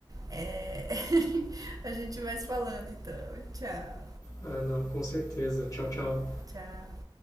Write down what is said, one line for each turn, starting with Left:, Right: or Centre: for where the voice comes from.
Right: É, <laughs> a gente vai se falando então. Tchau,
Left: Ah, não, com certeza. Tchau, tchau.
Right: tchau.